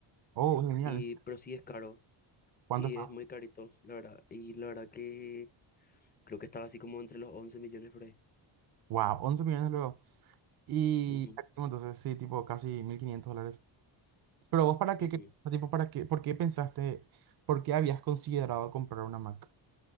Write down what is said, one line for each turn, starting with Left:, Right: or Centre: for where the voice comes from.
Right: Oh, genial.
Left: Y, pero sí es caro.
Right: ¿Cuánto
Left: Y
Right: está?
Left: es muy carito, la verdad. Y la verdad que creo que estaba así como entre los 11 millones por ahí.
Right: Wow, once millones luego. Y
Left: Ujú,
Right: carísimo, entonces sí, tipo casi 1.500 dólares. Pero vos para qué,
Left: ujú.
Right: quer- tipo, para qué, ¿por qué pensaste, por qué habías considerado comprar una Mac?